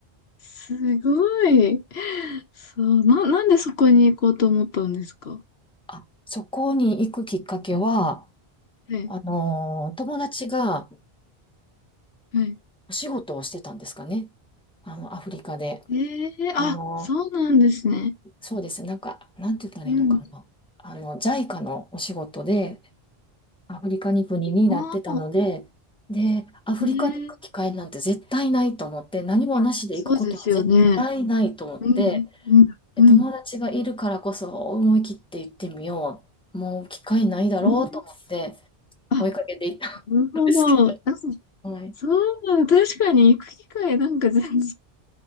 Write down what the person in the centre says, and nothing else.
あ、そこに行くきっかけは、
あのー、友達が
お仕事をしてたんですかね。あの、アフリカで。
あの
ー、そうです。なんか、なんて言ったらいいのかな。
あの、ジャイカのお仕事で、アフリカに国になってたので、
で、アフリカに行く機会なんて絶対ないと思って、
何もなしで行くことは絶対ないと思って、
で友達がいるからこそ思い切って行ってみよう。
もう機会ないだろうと思って
追いかけて行ったんですけ
ど、<laughs> はい。